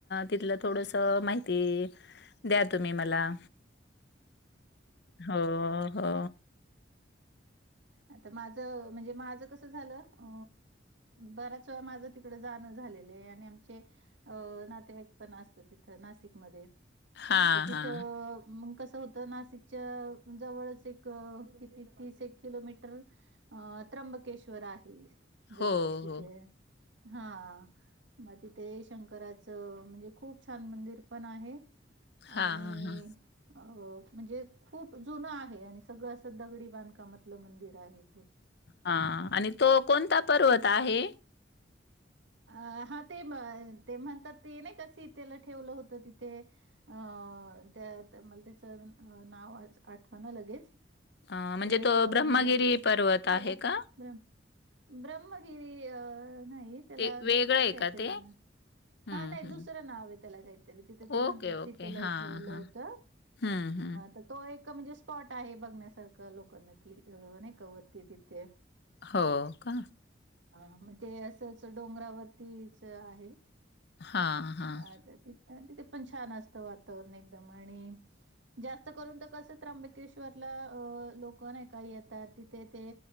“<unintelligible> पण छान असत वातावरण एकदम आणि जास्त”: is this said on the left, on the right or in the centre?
Right